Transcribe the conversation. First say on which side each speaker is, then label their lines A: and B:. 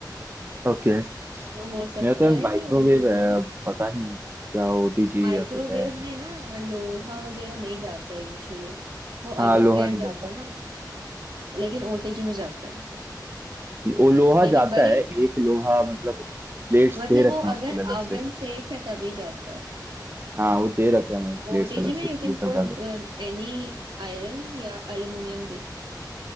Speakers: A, on the right; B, on the right.
A: okay
B: तो हो सकता
A: मेरा तो
B: है
A: माइक्रोवेव
B: कि ओटीजी
A: है
B: में
A: अब पता नहीं क्या ओटीजी
B: माइक्रोवेव
A: या फिर है
B: में ना लोहा वगैरह नहीं जाता है यूजुअली वो
A: हाँ
B: ओवन
A: लोहा
B: वेयर
A: नहीं
B: जाता
A: जाता
B: है ना लेकिन ओटीजी में जाता है
A: वो लोहा
B: लेकिन
A: जाता
B: भाई
A: है एक लोहा मतलब प्लेट्स
B: मतलब
A: दे
B: वो
A: रखे हैं
B: अगर
A: उसके लिए अलग
B: ओवन
A: से
B: सेफ है तभी जाता है
A: हाँ वो दे रखे हैं मैंने प्लेट्स
B: OTG
A: अलग से
B: में
A: कि
B: you can
A: ये सब
B: put
A: डालो
B: uh, any iron या aluminium भी